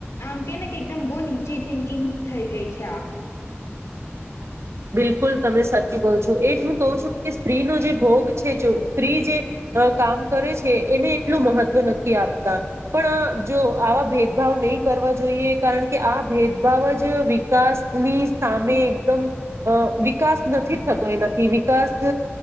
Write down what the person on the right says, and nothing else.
બિલકુલ તમે સાચી બો છો એ જ હું કહું છું કે સ્ત્રીનોો જે ભોગ છે જો સ્ત્રી જે કામ કરે છે એને એટલું મહત્વ નક્કી આપે આપતા પણ જો આવા ભેદભાવ નહીં કરવા જોઈએ કારણ કે આ ભેદભાવ જ તો વિકાસ ની સામે એકદમ અ વિકાસ નથી થતો એનાથી વિકાસ